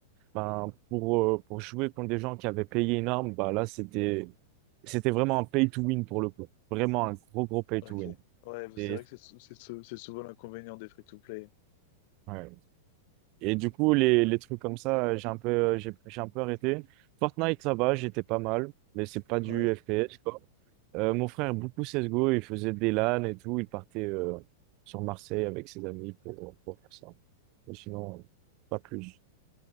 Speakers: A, on the right; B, on the left.
A: ben, pour, euh, pour jouer contre des gens qui avaient payé une arme, bah, là, c'était, c'était vraiment un pay-to-win pour le coup. Vraiment un gros, gros pay-to-win.
B: Ok. Ouais, c'est
A: Et
B: vrai que c'est sou- c'est sou- c'est souvent l'inconvénient des free-to-play.
A: Ouais. Et du coup, les, les trucs comme ça, euh, j'ai un peu, euh, j'ai, j'ai un peu arrêté. Fortnite, ça va, j'étais pas mal, mais c'est pas du
B: Ouais.
A: FPS, quoi. Euh, mon frère, beaucoup CSGO, il faisait des LAN et tout, il partait euh, sur Marseille avec ses amis pour, pour faire ça. Mais sinon, euh, pas plus.